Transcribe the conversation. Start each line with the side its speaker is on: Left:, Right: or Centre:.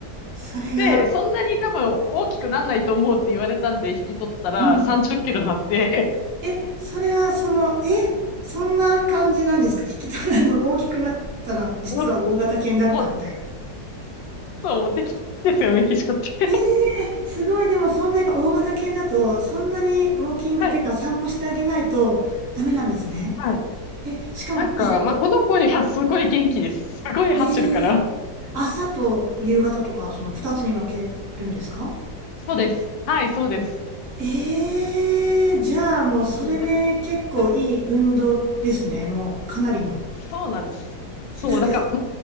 Right: それが、
Left: で、そんなに多分大きくなんないと思うって言われたんで引き取ったら30キロになって、
Right: うん。え、え、それはその、え、そんな感じなんですか引き取らの大きくなったら、実は大型犬だったみたいな。
Left: <laughs> もう、そう、もう敵ですよ、メキシコって。<laughs>
Right: ええすごい、でもそんなやっぱ大型犬だと、そんなにウォーキングっていうか散歩してあげないとダメなんですね。
Left: はい。はい。
Right: え、しかも、
Left: なんか、
Right: あ、
Left: まあ、この子にはすごい元気です。<laughs> すごい走るから。
Right: ええ朝と夕方とか、その2つに分けるんですか
Left: そうです。はい、そうです。
Right: ええじゃあもうそれで結構いい運動ですね、
Left: そうだ、<laughs>
Right: もうかなりの。
Left: そうなんです。そう、
Right: え、だって、
Left: だから、